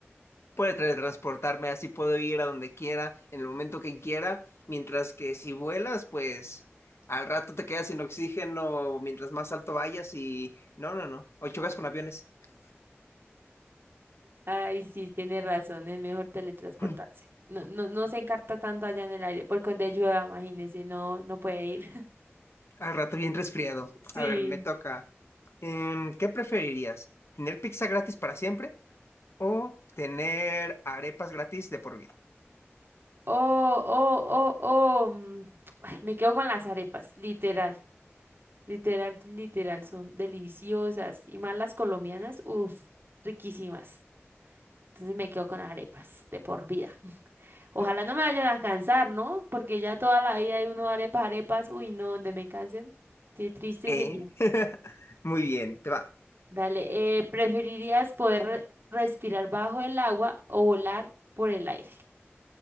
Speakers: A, on the left (about 70°); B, on the right (about 55°).
A: puede teletransportarme, así puedo ir a donde quiera, en el momento que quiera, mientras que si vuelas, pues al rato te quedas sin oxígeno mientras más alto vayas y no, no, no, o chocas con aviones. <clears throat>
B: Ay, sí, tiene razón, es mejor teletransportarse.
A: <laughs>
B: No, no, no se encarta tanto allá en el aire, porque donde llueva, imagínese, no, no puede ir. <laughs>
A: Al rato bien resfriado.
B: Sí.
A: A ver, me toca. Em, ¿qué preferirías? ¿Tener pizza gratis para siempre o tener arepas gratis de por vida?
B: Oh, oh, oh, oh. mm, ay, me quedo con las arepas, literal, literal, literal, son deliciosas. Y más las colombianas, uff, riquísimas. Entonces me quedo con las arepas, de por vida. <laughs> Ojalá
A: <laughs>
B: no me vayan a cansar, ¿no? Porque ya toda la vida hay uno arepas, arepas, uy, no, donde me cansen, qué triste
A: ¿Eh?
B: sería.
A: <laughs> Muy bien, te va.
B: Dale, eh, ¿preferirías poder re- respirar bajo el agua o volar por el aire? <laughs>